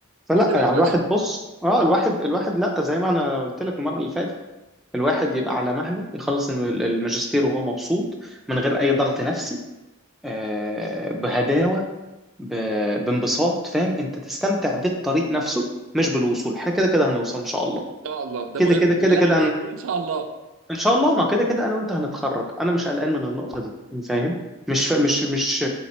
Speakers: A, in the centre; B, on the right.
A: فلا
B: قول لي بقى
A: يعني
B: يا باشا
A: الواحد
B: ان
A: بص اه الواحد الواحد لا زي ما انا قلت لك المره اللي فاتت الواحد يبقى على مهله يخلص ال- الماجستير وهو مبسوط من غير اي ضغط نفسي آه، بهداوه ب- بانبساط فاهم انت تستمتع بالطريق نفسه مش بالوصول احنا كده كده هنوصل ان شاء الله
B: شاء الله ده
A: كده
B: مهم
A: كده
B: بالله
A: كده كده
B: عليك قول ان شاء الله
A: ان شاء الله ما كده كده انا وانت هنتخرج انا مش قلقان من النقطه دي فاهم مش مش مش